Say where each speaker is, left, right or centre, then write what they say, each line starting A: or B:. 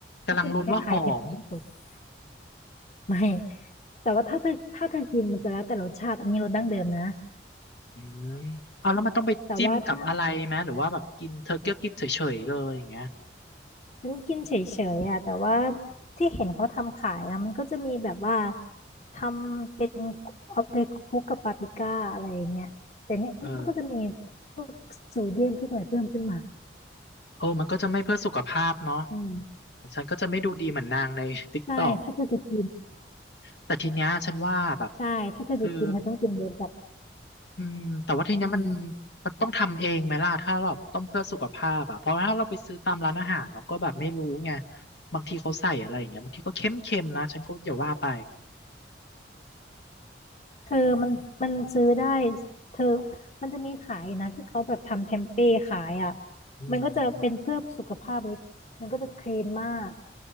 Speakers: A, on the left; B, on the left.
A: กำลังลุ้นว่าหอม
B: ก็จะคล้ายๆเทมเป้สด ไม่ แต่ว่าถ้าเธอถ้าเธอกินมันจะแล้วแต่รสชาติอันนี้รสดั้งเดิมนะ
A: อืมเอาแล้วมันต้องไปจิ้มกับอะไรไหม
B: แต่ว่าถ้า
A: หรือว่าแบบกินเธอเกี้ยวกินเฉยๆเลยอย่างเงี้ย
B: ฉันกินเฉยๆอ่ะแต่ว่าที่เห็นเขาทำขายนะมันก็จะมีแบบว่าทำเป็นเอาไปคลุกกับปาปริก้าอะไรอย่างเงี้ยแต่เนี่ยมันก็จะมี
A: เออ
B: พวกโซเดียมพวกอะไรเพิ่มขึ้นมา
A: โอ้มันก็จะไม่เพื่อสุขภาพเนาะ
B: อืม
A: ฉันก็จะไม่ดูดีเหมือนนางใน <laughs> ติ๊กตอก
B: ใช่ถ้าเธอจะกิน
A: แต่ทีเนี้ยฉันว่าแบบ
B: ใช่ถ้าเธอจะกินเธอต้องกินรสแบบ
A: คืออืมแต่ว่าทีเนี้ยมัน
B: อืม
A: มันต้องทำเองไหมล่ะ ถ้าเราต้องเพื่อสุขภาพอะเพราะถ้าเราไปซื้อตามร้านอาหารเราก็แบบไม่รู้ไง บางทีเขาใส่อะไรอย่างเงี้ยบางทีก็เค็มๆนะฉันก็อย่าว่าไป
B: เธอมันมันซื้อได้เธอมันจะมีขายนะที่เขาแบบทำเทมเป้ขายอ่ะ
A: อืม
B: มันก็จะเป็นเพื่อสุขภาพเลยมันก็จะคลีนมาก